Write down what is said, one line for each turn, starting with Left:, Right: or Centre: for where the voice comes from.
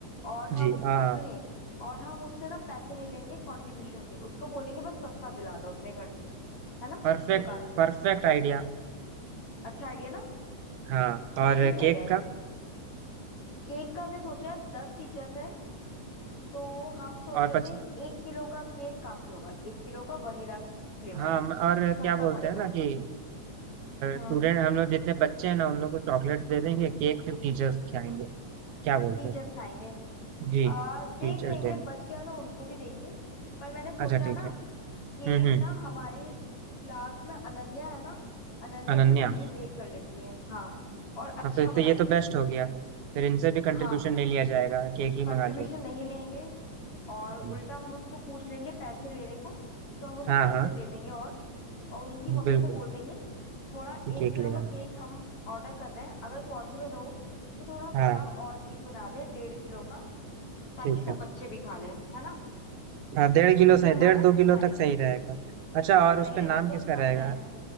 Left: और हम
Right: जी हाँ
Left: अ, सुनिए और हम उससे ना पैसे नहीं लेंगे कंट्रीब्यूशन के उसको बोलेंगे बस सस्ता दिला दो अपने घर से है ना
Right: परफेक्ट
Left: दुकान से
Right: Perfect idea
Left: अच्छा आइडिया ना
Right: हाँ और
Left: तो ये सही
Right: केक
Left: रहेगा
Right: का
Left: केक का हमने सोचा है दस टीचर्स हैं तो हम सोच
Right: और
Left: रहे
Right: पच,
Left: थे एक किलो का केक काफी होगा एक किलो का वनीला फ्लेवर
Right: हाँ म- और क्या
Left: सस्ता
Right: बोलते
Left: पड़ेगा
Right: हैं ना कि
Left: हम्म
Right: स्टूडेंट हम लोग जितने बच्चे हैं ना उन लोग को चॉकलेट दे देंगे केक सिर्फ टीचर्स खिलाएंगे क्या बोलते
Left: टीचर्स
Right: हैं
Left: खाएंगे
Right: जी
Left: आ, देख
Right: Teachers
Left: लेंगे
Right: day
Left: बच गया तो उनको भी देंगे पर मैंने सोचा
Right: अच्छा
Left: है
Right: ठीक
Left: ना
Right: है हम्म
Left: केक
Right: हम्म
Left: ना हमारी क्लास में अनन्या है ना अनन्या
Right: अनन्या
Left: की मम्मी बेक कर लेती है हाँ और अच्छा
Right: हाँ फिर
Left: बनाती
Right: तो ये तो बेस्ट
Left: हैं
Right: हो गया फिर इनसे भी कंट्रीब्यूशन
Left: हाँ
Right: नहीं लिया जाएगा केक ही मंगा
Left: कंट्रीब्यूशन
Right: लिया
Left: नहीं लेंगे और उल्टा
Right: जी।
Left: हम उसको पूछ लेंगे पैसे लेने को तो हम उसे
Right: हाँ
Left: पैसे
Right: हाँ
Left: दे देंगे और और उनकी मम्मी
Right: बिल्कुल
Left: से बोल देंगे थोड़ा एक
Right: केक
Left: किलो
Right: ले
Left: का
Right: आए
Left: केक हम ऑर्डर कर रहे हैं अगर पॉसिबल हो तो थोड़ा
Right: हाँ
Left: बड़ा और केक बना दे डेढ़ किलो का ताकि
Right: ठीक
Left: सब
Right: है
Left: बच्चे भी खा लें है ना
Right: हाँ डेढ़ किलो
Left: तो ये
Right: सही
Left: हमारा
Right: डेढ़ दो किलो
Left: डिसाइड
Right: तक सही रहेगा अच्छा और उस
Left: सही
Right: पे
Left: रहेगा
Right: नाम
Left: तो
Right: किसका
Left: सब
Right: रहेगा
Left: में